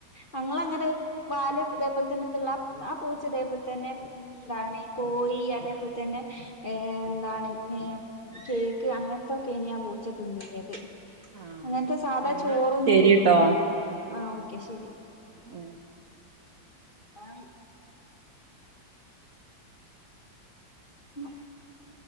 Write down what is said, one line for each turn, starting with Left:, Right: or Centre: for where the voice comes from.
Left: ഞങ്ങളങ്ങനെ വാല് അതേപോലെ തന്നെ അതുള്ള ആ പൂച്ച അതേപോലെ തന്നെ എന്താണ് ഈ കോയി അതേപോലെ തന്നെ എന്താണ് കേ അങ്ങനത്തോക്കെനാ പൂച്ച തിന്നീനിയത്.
Right: ആഹ്
Left: അങ്ങനത്തെ സാധാ
Right: എന്നാ
Left: ചോറൊന്നും
Right: ശരിട്ടോ
Left: തിന്നൂല. ആ ഓക്കെ ശരി.
Right: ഉം
Left: ആ <unintelligible>